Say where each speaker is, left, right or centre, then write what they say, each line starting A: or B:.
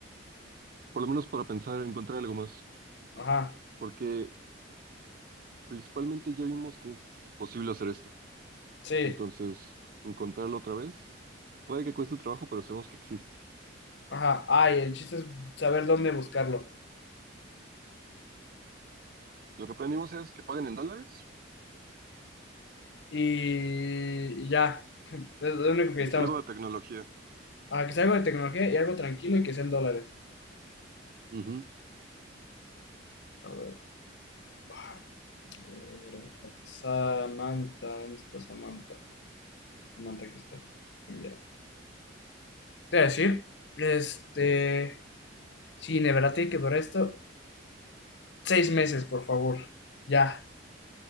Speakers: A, on the right; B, on the left.
A: Por lo menos para pensar, encontrar algo más,
B: Ajá,
A: porque principalmente ya vimos que es posible hacer esto.
B: sí,
A: Entonces, encontrarlo otra vez, puede que cueste trabajo, pero sabemos que existe.
B: ajá. Ay, el chiste es saber dónde buscarlo.
A: Lo que aprendimos es que paguen en dólares
B: Y, y ya, <laughs> es lo único que
A: y
B: estamos.
A: que es algo de tecnología.
B: Ah, que sea algo de tecnología y algo tranquilo y que sea en dólares.
A: Ujú.
B: A ver, ah, a ver, a ver, a ver. Samantha, ¿dónde está Samantha? Samantha, aquí está. Enviar. Te voy a decir, este, sí, de verdad tiene que durar esto seis meses, por favor. Ya,